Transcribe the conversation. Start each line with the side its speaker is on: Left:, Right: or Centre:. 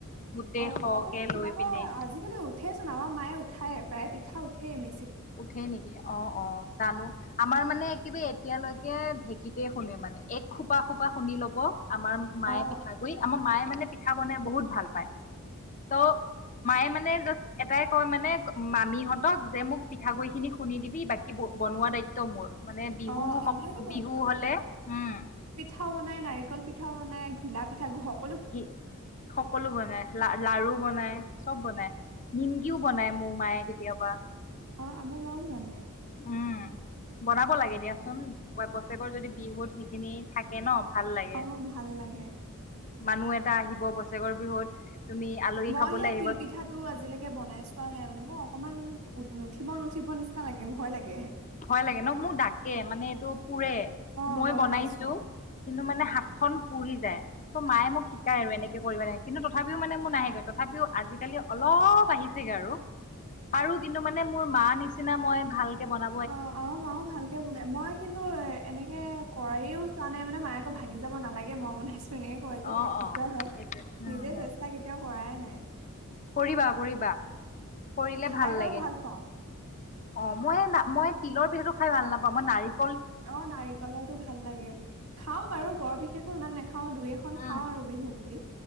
Left: গোটেই
Right: অঁ
Left: সৰহকে
Right: অকমান কিবা
Left: লৈ
Right: এটা
Left: পিনে
Right: আজিকালি উঠেচোন আমাৰ মায়ে উঠাই প্ৰায়ে পিঠা উঠে এনেক
Left: উঠেই নেকি? অ-অ জানো? আমাৰ মানে কিবা এতিয়ালৈকে ঢেঁকীতে খুন্দে মানে। এক খোপা খোপা খুন্দি লব। আমাৰ মায়ে
Right: অ
Left: পিঠাগুই, আমাৰ মায়ে মানে পিঠা বনাই বহুত ভাল পায়। ত মায়ে মানে জাষ্ট এটাই কয় মানে মামীহঁতক যে মোক পিঠাগুই খিনি খুন্দি দিবি। বাকী বনোৱা দায়িত্ব মোৰ। মানে বিহু,
Right: অ আমাৰো
Left: বিহু হলে, উম।
Right: পিঠা বনায়, নাৰিকল পিঠা বনায়, ঘিলা পিঠাও হক
Left: ঘি সকলো বনাই লা-লাৰু বনাই চব বনাই, নিম কিও বনাই মোৰ মায়ে কেতিয়াবা।
Right: অ আমাৰ মাও জানে।
Left: উম, বনাব লাগে দিয়াচোন। বছেকৰ যদি বিহুত সেইখিনি থাকে ন ভাল লাগে
Right: অ, ভাল লাগে।
Left: মানুহ এটা আহিব বছেৰেকৰ বিহুত। তুমি আলহী
Right: মই
Left: খাবলৈ
Right: সেই
Left: আহিব
Right: তিল পিঠাটো আজিলৈকে বনাই চোৱা নাই, মানে মোক অকণমান নুঠিব নুঠিব নিচিনা লাগে, ভয় লাগে।
Left: ভয় লাগে ন? মোৰ ডাকে মানে এইটো পোৰে।
Right: অ
Left: মই
Right: গম
Left: বনাইছোঁ।
Right: পাইছো
Left: কিন্তু মানে হাতখন পুৰি যায়। তহ মায়ে মোক শিকায় আৰু এনেকে কৰিব লাগে কিন্তু, তথাপিও মানে মোৰ নাহেগৈ। তথাপি তথাপিও আজিকালি অলপ আহিছেগে আৰু। পাৰো। কিন্তু মানে মোৰ মাঁ নিচিনা মই ভালকে বনা
Right: অ আমা মাও ভালকে বনায়। মই কিন্তু এ এনেকে কৰাইও চোৱা নাই মানে মায়ে ঐ ভাগি যাব নালাগে মই বনাইছো এনেকে কয় যে,
Left: অ',
Right: থাকি
Left: অ',
Right: যোৱাই হয়।
Left: সেইটোৱে উম,
Right: নিজে
Left: হম,
Right: চেষ্টা কেতিয়াও কৰাই নাই। <unintelligible>
Left: কৰিবা, কৰিবা। কৰিলে
Right: খাই
Left: ভাল
Right: বাৰু
Left: লাগে।
Right: পাওঁ
Left: অ, মই মই তিলৰ পিঠাটো খাই ভাল নাপাওঁ, মই নাৰিক
Right: অ নাৰিকলৰটো ভাল লাগে। খাওঁ বাৰু। বৰ বিশেষো ইমান নে খাওঁ, দুই এখন
Left: উম,
Right: খাওঁ আৰু বিহু বুলি।